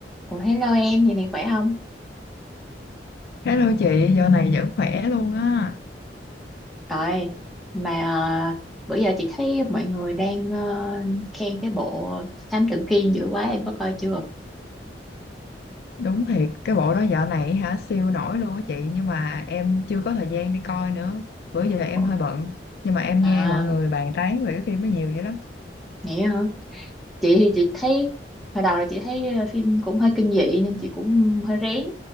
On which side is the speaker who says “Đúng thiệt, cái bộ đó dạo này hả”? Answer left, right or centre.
Left